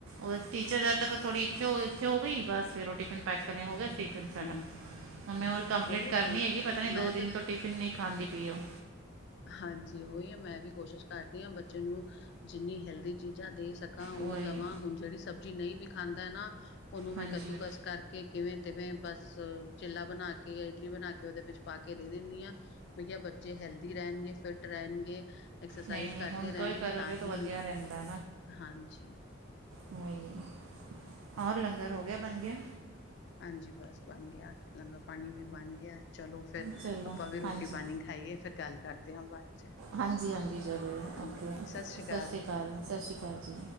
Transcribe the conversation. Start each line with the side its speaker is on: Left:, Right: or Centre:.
Right: ਰ ਟੀਚਰ ਜਦ ਤੱਕ ਥੜ੍ਹ ਇੱਥੇ ਹੋ ਇੱਥੇ ਔ ਗਈ ਬਸ ਫਿਰ ਉਹ ਟਿਫਿਨ ਪੈਕ ਹੋ ਸਫਿਨ ਸਾਡਾ
Left: ਹੂੰ,
Right: ਹੁਣ ਮੈਂ ਕੰਪਲੀਟ
Left: ਉਹੀ
Right: ਕਰਨੀ
Left: ਐ
Right: ਹੈਗੀ ਪਤਾ ਨੀ
Left: ਮੈਂ
Right: ਦੋ ਦਿਨ
Left: ਤੇ
Right: ਤੋਂ ਟਿਫਿਨ ਨਹੀਂ ਖਾਂਦੀ ਪੀ ਉਹ
Left: ਹਾਂਜੀ ਉਹੀ ਐ ਮੈਂ ਵੀ ਕੋਸ਼ਿਸ਼ ਕਰਦੀ ਆ, ਬੱਚੇ ਨੂੰ ਜਿੰਨੀ ਹੈਲਦੀ ਚੀਜ਼ਾਂ ਦੇ ਸਕ ਉਹ
Right: ਉਹੀ
Left: ਦਵਾਂ ਹੁਣ ਜਿਹੜੀ ਸਬਜ਼ੀ ਨਹੀਂ ਵੀ ਖਾਂਦਾ ਨਾ ਉਹਨੂੰ ਮੈਂ
Right: ਹਾਂਜੀ
Left: ਕੱਦੂਕਸ ਕਰਕੇ ਕੇ ਕਿਵੇਂ ਤਿਵੇਂ ਬਸ ਚਿੱਲਾ ਬਣਾ ਕੇ ਜਾਂ ਇਡਲੀ ਬਣਾ ਕੇ ਉਹਦੇ ਵਿੱਚ ਪਾ ਕੇ ਦੇ ਦਿੰਦੀ ਆ ਭਈਆ ਬੱਚੇ ਹੈਲਦੀ ਰਹਿਣਗੇ, ਫਿੱਟ ਰਹਿਣਗੇ ਐਕਸਰਸਾਈਜ਼
Right: ਨਹੀਂ ਨਹੀਂ
Left: ਕਰਦੇ
Right: ਹੁਣ
Left: ਰਹਿਣਗੇ
Right: ਤੋਂ ਹੀ ਕਰੋਗੇ
Left: ਤਾਂ ਹੀ
Right: ਵਧੀਆ ਰਹਿੰਦਾ
Left: ਹਾਂਜੀ
Right: ਕੋਹੀ ਨਹੀਂ, ਔਰ ਲੰਗਰ ਹੋ ਗਿਆ, ਬਣ ਗਿਆ
Left: ਹਾਂਜੀ ਬਸ ਬਣ ਗਿਆ ਲੰਗਾ ਪਾਣੀ ਵੀ ਬਣ ਗਿਆ। ਚਲੋ ਫੇਰ
Right: ਚਲੋ
Left: ਆਪਾਂ ਵੀ ਰੋਟੀ
Right: ਹਾਂਜੀ
Left: ਪਾਣੀ ਖਾਈਏ ਫੇਰ ਗੱਲ ਕਰਦੇ ਆ ਬਾਅਦ ਚ
Right: ਹਾਂਜੀ ਹਾਂਜੀ ਜ਼ਰੂਰ
Left: ਹਾਂਜੀ-ਹਾਂਜੀ
Right: ਓਕੇ
Left: ਸਤਿ ਸ਼੍ਰੀ ਅਕਾਲ।
Right: ਸਸਿ ਸੀਕਾਲ, ਸਸਿ ਸੀਕਾਲ ਜੀ।